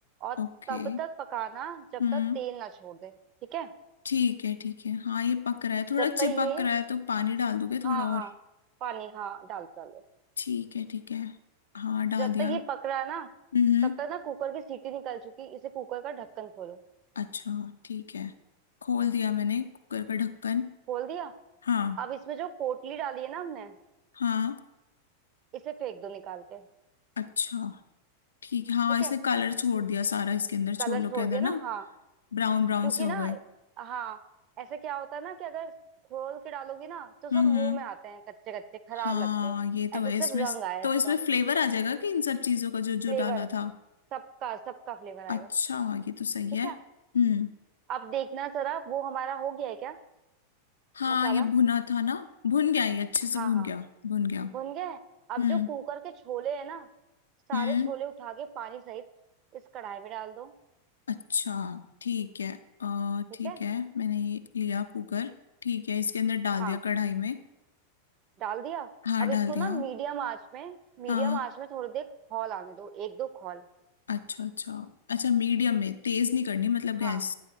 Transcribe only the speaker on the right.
और
तब तक पकाना जब
तक तेल ना छोड़ दे ठीक है
जब
तक ये
हाँ
हाँ पानी हाँ डाल डाल
जब
तक ये पक रहा है ना
तब तक ना कुकर की सीटी निकल चुकी इसे कुकर का ढक्कन खोलो
खोल दिया
अब इसमें जो पोटली डाली है ना हमने
इसे फेंक दो निकाल के
ठीक
है
कलर छोड़
दिया
ना हाँ
क्योंकि
ना
हाँ ऐसे क्या होता है ना कि अगर खोल के डालोगी ना तो सब
मुंह में आते हैं कच्चे कच्चे खराब
लगते हैं
ऐसे
सिर्फ
रंग आया
इसका
फ्लेवर
सबका सबका फ्लेवर आएगा
ठीक
है
अब देखना जरा वो हमारा हो गया है क्या
मसाला
हाँ
हाँ
भुन गए
अब जो कुकर के छोले है ना सारे
छोले उठा के पानी सहित इस कढ़ाई में डाल दो
ठीक
है
हाँ
डाल दिया
अब
इसको
ना मीडियम आंच में मीडियम
आंच में थोड़ी देर खौल आने दो एक दो खौल
हाँ